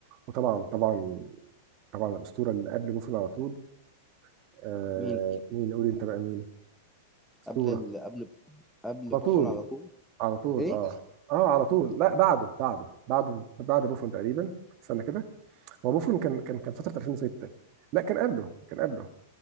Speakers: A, on the right (about 45°); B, in the centre.
A: وطبعا طبعا طبعا الاسطوره اللي قبل بوفون على طول آه
B: مين
A: مين قول انت بقى مين اسطوره
B: قبل ال... قبل قبل
A: على
B: بوفون
A: طول
B: على طول
A: على طول
B: ايه
A: اه اه على طول لا بعده بعده بعده بعد بوفون تقريبا استنى كده هو بوفون كان كان كان فتره 2006 لا كان قبله كان قبله